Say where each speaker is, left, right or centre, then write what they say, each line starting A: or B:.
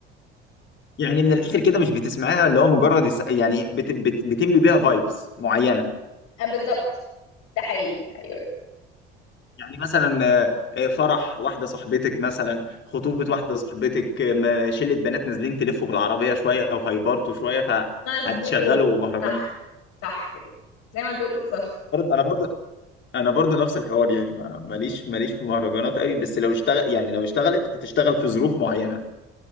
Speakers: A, on the left (about 40°); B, on the left (about 60°).
A: يعني من الاخر كده مش بتسمعيها اللي هو مجرد الس- يعني بت بت بتملي بيها فايبس معينه
B: آه بالظبط ده حقيقي ايوه
A: يعني مثلا آه، آه، فرح واحده صاحبتك مثلا خطوبه واحده صاحبتك آه، ما- شله بنات نازلين تلفوا بالعربيه شويه وهيبرتوا شويه
B: مظبوط
A: فهتشغلوا مهرجان
B: صح صح كده زي ما انت قلت بالظبط
A: انا برضه انا برضو نفس الحوار يعني ما- ماليش ماليش في مهرجانات قوي بس لو اشتغل يعني لو اشتغلت هتشتغل في ظروف معينه